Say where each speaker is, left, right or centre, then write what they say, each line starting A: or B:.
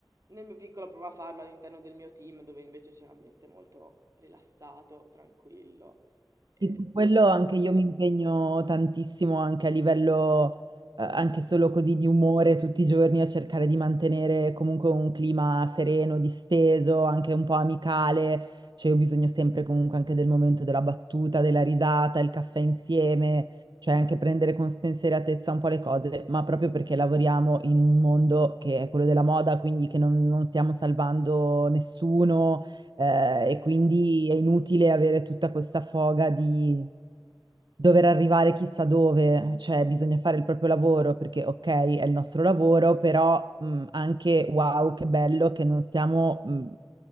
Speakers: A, on the right (about 45°); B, on the right (about 75°).
A: nel mio piccolo provo a farlo all'interno del mio team, dove invece c'è un ambiente molto rilassato, tranquillo e
B: Sì, su quello anche io mi impegno tantissimo anche a livello, eh, anche solo così di umore tutti i giorni a cercare di mantenere comunque un clima sereno, disteso, anche un po' amicale. Cioè, ho bisogno sempre comunque anche del momento della battuta, della risata, il caffè insieme, cioè anche prendere con spensieratezza un po' le cose, ma proprio perché lavoriamo in un mondo che è quello della moda, quindi che non non stiamo salvando nessuno eh, e quindi è inutile avere tutta questa foga di, dover arrivare chissà dove, cioè bisogna fare il proprio lavoro perché ok, è il nostro lavoro, però mh, anche wow, che bello che non stiamo mh,